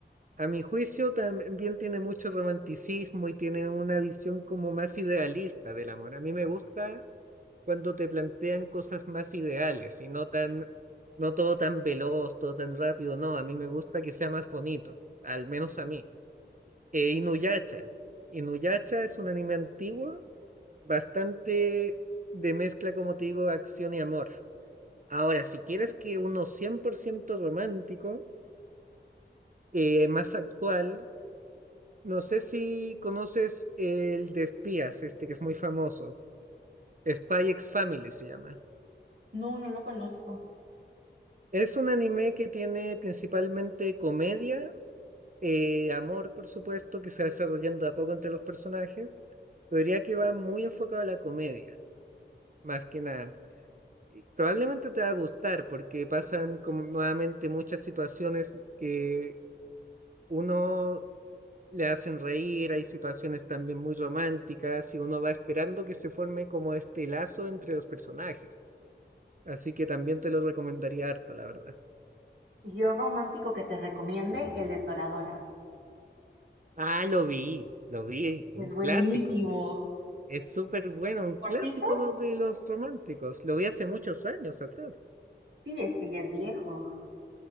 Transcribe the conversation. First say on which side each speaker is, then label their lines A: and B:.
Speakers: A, on the right; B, on the right.
A: a mi juicio también tiene mucho romanticismo y tiene una visión como más idealista del amor. A mí me gusta cuando te plantean cosas más ideales y no tan, no todo tan veloz, todo tan rápido, no, a mí me gusta que sea más bonito, al menos a mí. Eh, Inuyasha. Inuyasha es un anime antiguo bastante de mezcla, como te digo, acción y amor. Ahora, si quieres que uno 100% romántico, eh, más actual, no sé si conoces el de espías, este que es muy famoso, Spy X Family se llama.
B: No, no lo conozco.
A: Es un anime que tiene principalmente comedia, eh, amor, por supuesto, que se va desarrollando de a poco entre los personajes, pero diría que va muy enfocado a la comedia, más que nada. y probablemente te va a gustar porque pasan como nuevamente muchas situaciones que uno le hacen reír, hay situaciones también muy románticas y uno va esperando que se forme como este lazo entre los personajes. Así que también te lo recomendaría harto, la verdad.
B: Yo romántico que te recomiende, el de Toradora.
A: Ah, lo vi, lo vi,
B: Es
A: un
B: buenísimo.
A: clásico. Es súper bueno, un
B: ¿Cortito?
A: clásico de los románticos. Lo vi hace muchos años atrás.
B: Sí, es que ya es viejo.